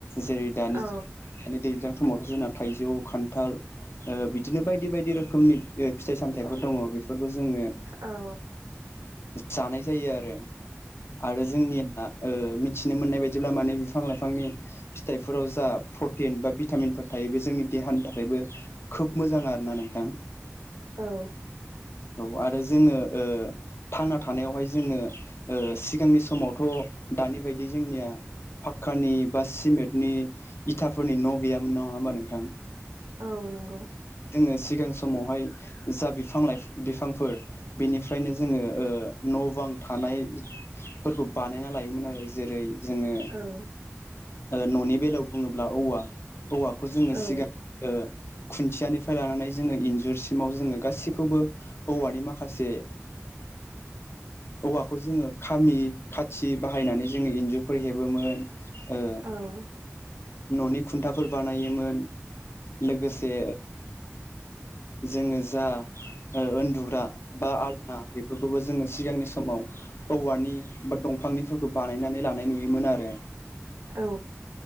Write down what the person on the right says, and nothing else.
औ
औ
औ।
औ नंगौ
औ
औ
औ
औ